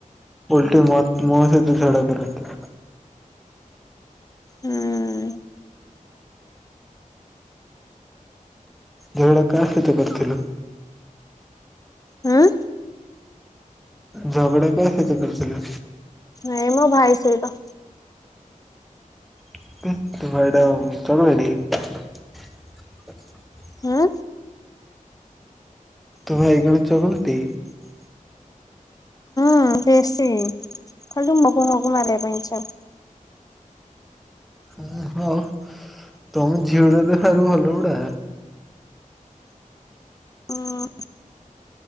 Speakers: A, in the centre; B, on the left.
A: ଓଲଟି ମୋ ମୋହିତ ସହିତ ଝଗଡା କରନ୍ତି।
B: ହୁଁ
A: ଝଗଡା କା ସହିତ କରିଥିଲୁ?
B: ହୁଁ
A: ଝଗଡ଼ା କା ସଇତ କରିଥିଲୁ?
B: ନାଇଁ ମୋ ଭାଇ ସହିତ
A: <unintelligible>
B: ହୁଁ।
A: ତୋ ଭାଇ କଣ ଚଗୁଲ ଟେ କି?
B: ହଁ ବେଶୀ ଖାଲି ମୁହଁ କୁ ମୁହଁ କୁ ମାରିବା ପାଇଁ ଇଛା
A: ଏ ହଉ ତମ ଝିଅ ଗୁଡା ତ ସାରୁ ଭଲ ଗୁଡା
B: ହୁଁ।